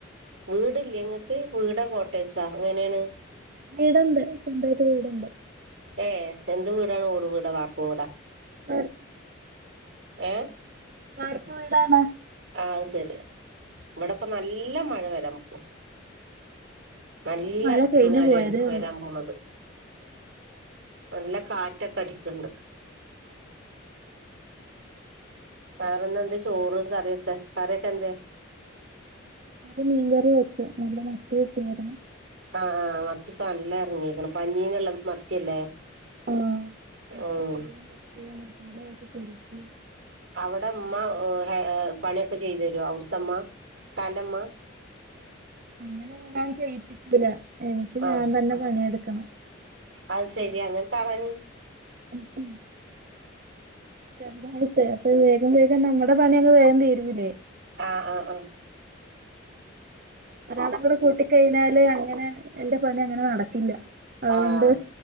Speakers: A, on the right (about 65°); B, on the right (about 45°).
A: വീട്ല്ല്യേങ്ങക്ക് വീടാ കോട്ടേസാ എങ്ങനാണ്
B: വീട്ണ്ട് സ്വന്തായിട്ട് വീട്ണ്ട്
A: ഏ എന്ത് വീടാണ് ഓട് വീട വാർപ്പും വീടാ..
B: വാർ
A: എ
B: വാർപ്പ് വീടാണ്.
A: അശെരി ഇവിടപ്പ നല്ല മഴ വരാംപോവാ.. നല്ല
B: മഴ കഴിഞ്ഞു
A: നെരാണ്
B: പോയതേ
A: വരാൻ
B: ഉള്ളൂ
A: പോണത് നല്ല കാറ്റ്.. റ്റക്കടിക്ണ്ട് വേറെന്നന്താ ചോറും കറിയൊക്ക കരയോക്ക്ന്താന്ന്...?
B: കറി മീകറി വെച്ചു നല്ല മത്തികിട്ടിരുന്നു
A: അ ആ മത്തിപ്പൊ നല്ലെറങ്ങീക്ക്ണ് പഞ്ഞീന് ള്ള മത്തിയല്ലേ?
B: അ ഒക്കെകറീം
A: ഉം
B: വെച്ച് തലേറ്റ് പൊരിചു.
A: അവ്ടെഉമ്മ ഒ ഹെ എ പണി ഓക ചെയ്തേരൊ അവുട്ത്തെ ഉമ്മ? ത്താന്റുമ്മാ....
B: അങ്ങനെ ഞാൻ ചെയ്യിപ്പിക്കൂലാ. എനിക്ക്
A: ആഹ്
B: ഞാൻ തന്നെ പണിയെടുക്കണം
A: അത് സേരി അങ്ങനെത്താളാണ്
B: ഉ ഉം ചെറുതായിട്ട് അപ്പൊ വേഗം വേഗം നമ്മടെ പണി അങ്ങ് വേഗം തീരുവല്ലേ
A: ആ ആ ആ
B: ഒരാളെ കൂട്ടി കഴിഞ്ഞാല് അങ്ങനെ എൻ്റെ പണി അങ്ങനെ നടക്കില്ല അത്
A: ആഹ്
B: കൊണ്ട്